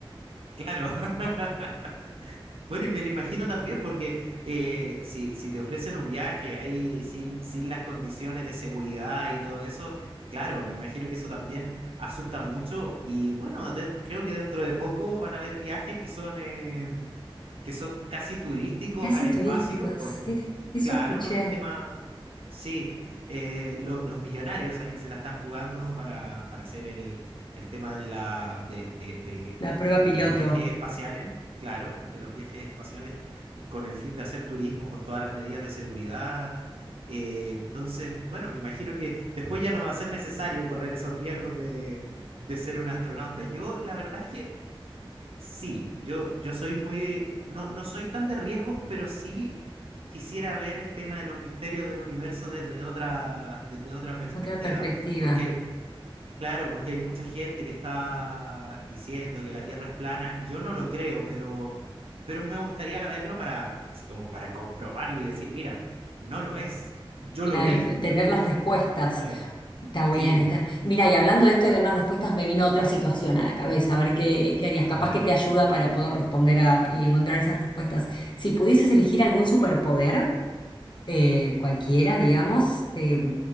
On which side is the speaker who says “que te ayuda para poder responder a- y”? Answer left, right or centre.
Left